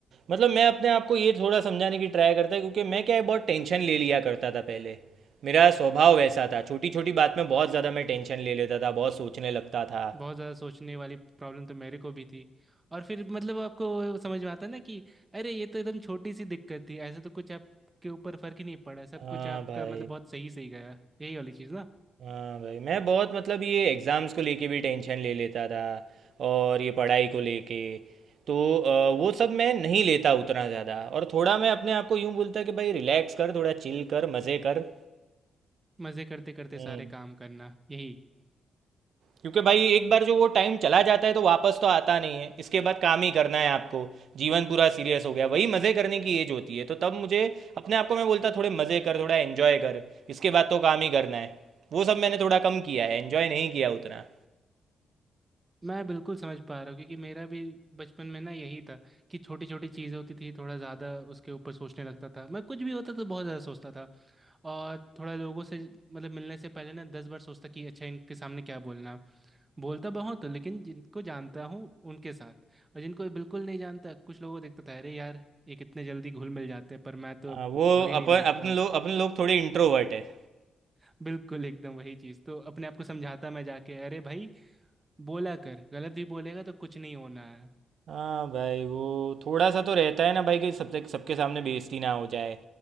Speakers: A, on the right (about 60°); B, on the right (about 20°).
A: मतलब मैं अपने आप को ये थोड़ा समझाने की ट्राई करता है क्योंकि मैं क्या है बहुत टेंशन ले लिया करता था पहले मेरा स्वभाव वैसा था छोटी छोटी बात में बहुत ज़्यादा मैं टेंशन ले लेता था बहुत सोचने लगता था
B: बहुत ज़्यादा सोचने वाली प्रॉब्लम तो मेरे को भी थी और फिर मतलब आपको समझ में आता है ना कि अरे ये तो एकदम छोटी सी दिक्कत थी ऐसे तो कुछ आपके ऊपर फर्क ही नहीं पड़ा सब
A: हाँ
B: कुछ आपका
A: भाई
B: मतलब बहुत सही सही गया यही वाली चीज़ ना
A: हाँ भाई मैं बहुत मतलब ये एग्ज़ाम्स को लेके भी टेंशन ले लेता था और ये पढ़ाई को लेके तो अ, वो सब मैं नहीं लेता उतना ज़्यादा और थोड़ा मैं अपने आप को यूँ बोलता कि भाई रिलैक्स कर थोड़ा चिल कर मज़े कर
B: मज़े करते करते
A: हम्म,
B: सारे काम करना यही
A: क्योंकि भाई एक बार जो वो टाइम चला जाता है तो वापस तो आता नहीं है इसके बाद काम ही करना है आपको जीवन पूरा सीरियस हो गया वही मज़े करने की एज होती है तो तब मुझे अपने आप को मैं बोलता थोड़े मज़े कर थोड़ा एन्जॉय कर इसके बाद तो काम ही करना है वो सब मैंने थोड़ा कम किया है एन्जॉय नहीं किया उतना
B: मैं बिल्कुल समझ पा रहा हूँ क्योंकि मेरा भी बचपन में ना यही था कि छोटी छोटी चीज़ होती थी थोड़ा ज़्यादा उसके ऊपर सोचने लगता था मैं कुछ भी होता तो बहुत ज़्यादा सोचता था और थोड़ा लोगों से मतलब मिलने से पहले ना दस बार सोचता कि अच्छा इनके सामने क्या बोलना है। बोलता बहुत हूँ लेकिन जिनको जानता हूँ उनके साथ और जिनको बिल्कुल नहीं जानता कुछ लोगों को देखता था अरे यार ये कितने जल्दी घुल मिल जाते हैं पर मैं तो
A: आ, वो
B: घुल ही नहीं
A: अपन
B: मिल पाता
A: अपने
B: हूँ
A: लोग अपने लोग थोड़े इंट्रोवर्ट है
B: <laughs> बिल्कुल एकदम वही चीज़ तो अपने आप को समझाता मैं जाके अरे भाई बोला कर गलत भी बोलेगा तो कुछ नहीं होना है
A: हाँ भाई वो थोड़ा सा तो रहता है ना भाई कि सबसे सबके सामने बेइज्जती ना हो जाए